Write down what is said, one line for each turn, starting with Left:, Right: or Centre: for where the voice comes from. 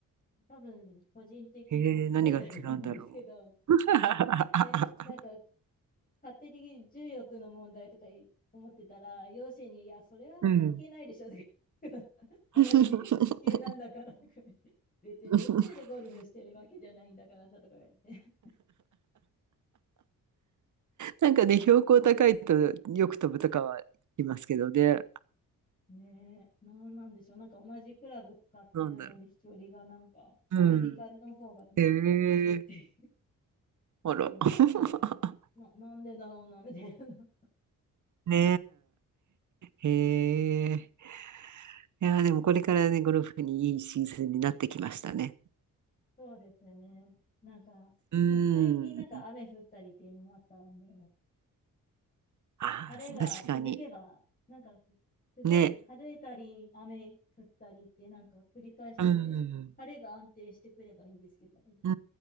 Left: 多分個人的な問題だと思うんですけど、
Right: へえ、何が違うんだろう。<laughs>
Left: なんか、え、なんか勝手に重力の問題とかい思ってたら、両親に、いや、それは関係ないでしょとか言って
Right: うん。
Left: <laughs> 同じ地球なんだからとか言って、
Right: <laughs>
Left: 別に宇宙でゴルフしてるわけじゃないんだからさとか言って。
Right: <laughs> なんかね、標高高いとよく飛ぶとかはいますけどね。
Left: <laughs> ねえ、なんなんでしょう。なんか同じクラブ使ってるのに飛距離がなんか、
Right: なんだろう。
Left: アメリカの方がなぜか飛ぶって
Right: うん。へえ。あら。
Left: いうのがあって、
Right: <laughs>
Left: な、なんでだろうな、みたいな。
Right: ねえ。へえ。いやー、でもこれからね、ゴルフにいいシーズンになってきましたね。
Left: <laughs> そうですよね。なんか、
Right: うん。
Left: でも最近なんか雨降ったりっていうのもあったんで、
Right: ああ、
Left: 晴れが続けば、
Right: 確かに。
Left: なんか、すごい晴れたり、
Right: ね。
Left: 雨降ったりって、なんか繰り返してんで、
Right: うん。
Left: 晴れが安定してくればいいんですけど。
Right: う